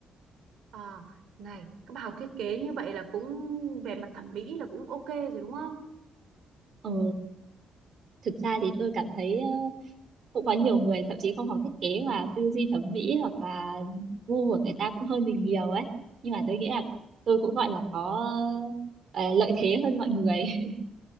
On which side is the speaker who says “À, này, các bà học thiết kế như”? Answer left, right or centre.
Right